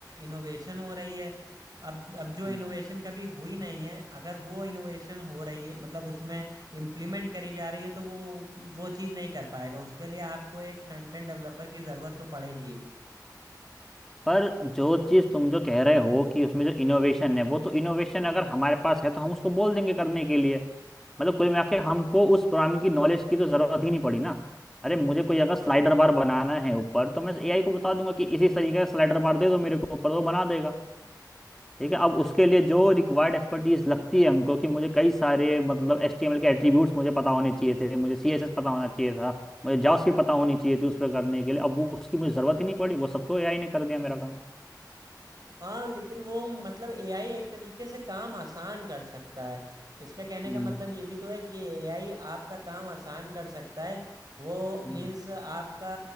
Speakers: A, on the right (about 60°); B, in the centre.
A: इनोवेशन हो रही है अब अब जो इनोवेशन
B: हम्म।
A: कभी हुई नहीं है अगर वो इनोवेशन हो रही है मतलब उसमें इम्प्लीमेंट करी जा रही है तो वो वो चीज़ नहीं कर पाएगा उसके लिए आपको एक फ्रंट एंड डेवलपर की ज़रूरत तो पड़ेगी
B: पर जो चीज तुम जो कह रहे हो कि उसमें जो इनोवेशन है वो तो इनोवेशन अगर हमारे पास है तो हम उसको बोल देंगे करने के लिए मतलब कुल मिला के हमको उस प्रोग्रामिंग की नॉलेज की तो जरूरत ही नहीं पड़ी ना अरे मुझे कोई अगर स्लाइडर बार बनाना है ऊपर तो मैं एआई को बता दूंगा कि इसी तरीके का स्लाइडर बार दे दो मेरे को ऊपर वो बना देगा ठीक है अब उसके लिए जो रिक्वायर्ड एक्सपर्टीज लगती है हमको कि मुझे कई सारे मतलब एचटीएमएल के एट्रीब्यूट्स मुझे पता होने चाहिए थे मुझे सीएसएस पता होना चाहिए था मुझे जावास्क्रिप्ट पता होनी चाहिए थी उस पर करने के लिए अब वो उसकी मुझे जरूरत ही नहीं पड़ी वो सब तो एआई ने कर दिया मेरा काम
A: हाँ लेकिन वो मतलब एआई एक तरीके से काम आसान कर सकता है इसका कहने
B: हम्म
A: का मतलब ये भी तो है कि एआई आपका काम आसान कर सकता है वो
B: हम्म
A: मीन्स आपका